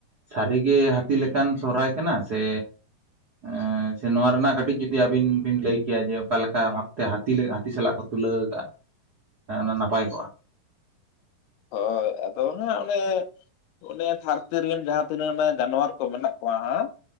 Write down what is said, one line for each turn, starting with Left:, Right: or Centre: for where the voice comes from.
Right: ᱥᱟᱹᱨᱤᱜᱮ ᱦᱟᱹᱛᱤ ᱞᱮᱠᱟᱱ ᱥᱚᱦᱚᱨᱟᱭ ᱠᱟᱱᱟ ᱥᱮ ᱮ‌ᱸ ᱥᱮ ᱱᱚᱣᱟ ᱨᱮᱱᱟᱜ ᱠᱟᱹᱴᱤᱡ ᱡᱩᱫᱤ ᱟᱵᱤᱱ ᱵᱤᱱ ᱞᱟᱹᱭ ᱠᱮᱭᱟ ᱡᱮ ᱚᱠᱟᱞᱮᱠᱟ ᱵᱷᱟᱵᱛᱮ ᱦᱟᱹᱛᱤ ᱦᱟᱹᱛᱤ ᱞᱮ ᱦᱟᱹᱛᱤ ᱥᱟᱞᱟᱜ ᱠᱚ ᱛᱩᱞᱟᱹᱣ ᱠᱟᱜᱼᱟ ᱚᱱᱟ ᱱᱟᱯᱟᱭ ᱠᱚᱜᱼᱟ,
Left: ᱦᱳᱭ ᱟᱫᱚ ᱦᱟᱸᱜ ᱚᱱᱮ ᱚᱱᱮ ᱫᱷᱟᱹᱨᱛᱤ ᱨᱮᱱ ᱡᱟᱦᱟᱸ ᱛᱤᱱᱟᱹᱜ ᱚᱱᱮ ᱡᱟᱱᱣᱟᱨ ᱠᱚ ᱢᱮᱱᱟᱜ ᱠᱚᱣᱟ ᱦᱟᱸᱜ